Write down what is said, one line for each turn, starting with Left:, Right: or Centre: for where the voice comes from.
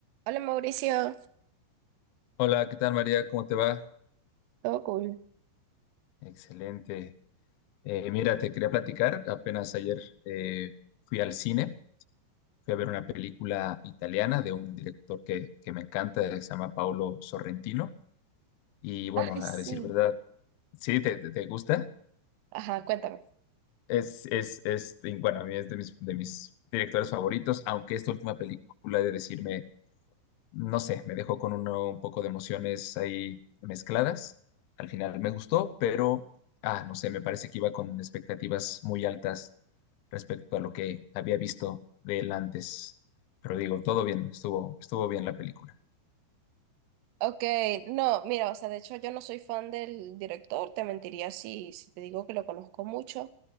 Right: Hola Mauricio,
Left: Hola, ¿qué tal María? ¿Cómo te va?
Right: todo cool.
Left: Excelente. Eh, mira, te quería platicar. Apenas ayer eh, fui al cine, fui a ver una película italiana de un director que, que me encanta, que se llama Paolo Sorrentino. Y bueno,
Right: Ay, sí.
Left: a decir verdad, sí, te, te- te gusta.
Right: Ajá, cuéntame.
Left: Es, es, es, y bueno, a mí es de mis, de mis directores favoritos, aunque esta última película, he de decirme, no sé, me dejó con una- un poco de emociones ahí mezcladas. Al final me gustó, pero, ah, no sé, me parece que iba con expectativas muy altas respecto a lo que había visto de él antes. Pero digo, todo bien, estuvo, estuvo bien la película.
Right: Ok, no, mira, o sea, de hecho yo no soy fan del director, te mentiría si, si te digo que lo conozco mucho,